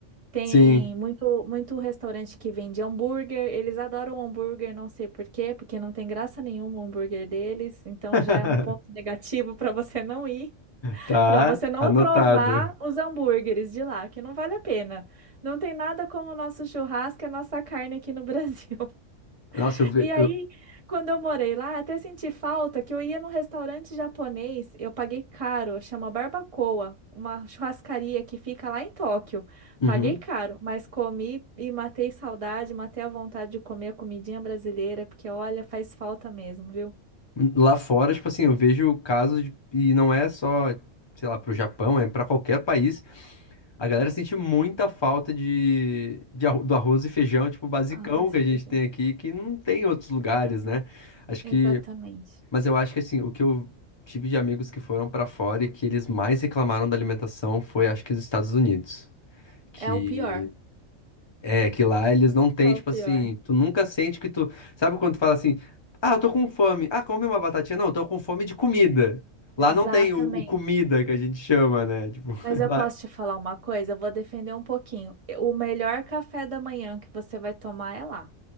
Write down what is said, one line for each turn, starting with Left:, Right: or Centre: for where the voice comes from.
Right: Tem
Left: Sim.
Right: muito, muito restaurante que vende hambúrguer. Eles adoram hambúrguer, não sei por quê, porque não tem graça nenhuma o hambúrguer deles. Então
Left: <laughs>
Right: já é um ponto negativo para você não ir.
Left: Tá,
Right: Para você não
Left: anotado.
Right: provar os hambúrgueres de lá, que não vale a pena. Não tem nada como o nosso churrasco e a nossa carne aqui no Brasil.
Left: Nossa,
Right: <laughs>
Left: eu vejo.
Right: E aí,
Left: Eu...
Right: quando eu morei lá, até senti falta que eu ia num restaurante japonês, eu paguei caro, chama Barbacoa, uma churrascaria que fica lá em Tóquio.
Left: Uhum.
Right: Paguei caro, mas comi e matei saudade, matei a vontade de comer a comidinha brasileira, porque olha, faz falta mesmo, viu?
Left: Lá fora, tipo assim, eu vejo casos de... e não é só, sei lá, pro Japão, é pra qualquer país A galera sente muita falta de, de arro- do arroz e feijão, tipo, basicão
Right: Arroz
Left: que
Right: e
Left: a gente
Right: feijão.
Left: tem aqui, que não tem em outros lugares, né? Acho
Right: Exatamente.
Left: que. Mas eu acho que, assim, o que eu tive de amigos que foram pra fora e que eles mais reclamaram da alimentação foi, acho que, os Estados Unidos. Que.
Right: É o pior.
Left: É, que lá eles não têm,
Right: É
Left: tipo
Right: o pior.
Left: assim. Tu nunca sente que tu. Sabe quando tu fala assim. Ah, eu tô com fome. Ah, come uma batatinha. Não, eu tô com fome de comida. Lá
Right: Exatamente.
Left: não tem o, o comida que a gente chama, né? Tipo,
Right: Mas
Left: <laughs>
Right: eu
Left: lá.
Right: posso te falar uma coisa? Eu vou defender um pouquinho. O melhor café da manhã que você vai tomar é lá,